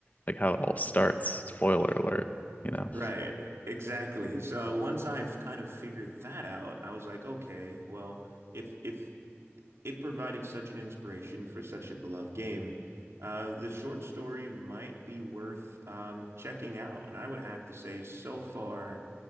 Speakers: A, on the left; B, on the right.
A: like how it all starts. Spoiler alert, you know.
B: Right, exactly. So once I've kind of figured that out, I was like, okay, well, if if it provided such an inspiration for such a beloved game. Uh, the short story might be worth um, checking out, and I would have to say, so far,